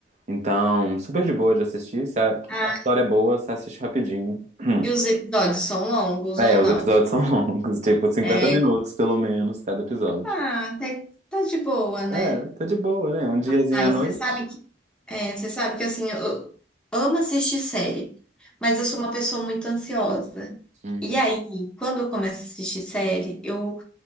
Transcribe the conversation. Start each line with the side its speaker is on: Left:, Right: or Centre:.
Right: Então, super de boa de assistir. Se a,
Centre: Ah,
Right: a história é boa, você assiste rapidinho. <clears throat>
Centre: e os episódios são longos
Right: É,
Centre: ou não?
Right: os episódios são <laughs> longos, tipo cinquenta
Centre: É,
Right: minutos pelo menos cada episódio.
Centre: ah, até que tá de boa, né?
Right: É, tá de boa, né? Um diazinho
Centre: Ah,
Right: à
Centre: e
Right: noite.
Centre: você sabe que, é, você sabe que, assim, eu amo assistir série, mas eu sou uma pessoa muito ansiosa.
Right: Hum,
Centre: E aí, quando eu começo a assistir série, eu